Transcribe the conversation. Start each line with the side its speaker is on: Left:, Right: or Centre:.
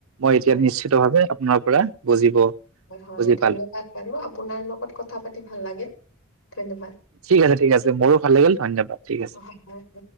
Right: মই এতিয়া
Left: হয়
Right: নিশ্চিত ভাৱে আপোনাৰ পৰা বুজিব
Left: হয় হয়
Right: বুজি
Left: ধন্যবাদ
Right: পালো
Left: বাৰু আপোনাৰ লগত কথা পাতি ভাল লাগিল। ধন্যবাদ।
Right: ঠিক আছে ঠিক আছে মোৰো ভাল লাগিল ধন্যবাদ। ঠিক আছে।
Left: হয় হয় হয়।